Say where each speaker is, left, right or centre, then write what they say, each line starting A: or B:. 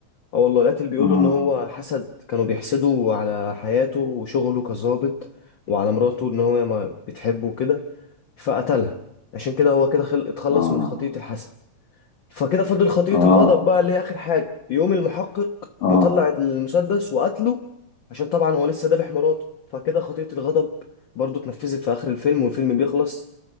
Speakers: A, on the left; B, on the left.
A: اه والله القاتل بيقول
B: اه
A: له ان هو حسد كانوا بيحسدوا على حياته وشغله كظابط وعلى مراته ان هو ما بتحبه وكده فقتلها عشان كده هو كده خل... اتخلص
B: اه
A: من خطية الحسد فكده فضل خطية
B: اه
A: الغضب بقى اللي هي اخر حاجة يقوم المحقق
B: اه
A: مطلع المسدس وقتله عشان طبعا هو لسه ذابح مراته فكده خطية الغضب برضه اتنفذت في اخر الفيلم والفيلم بيخلص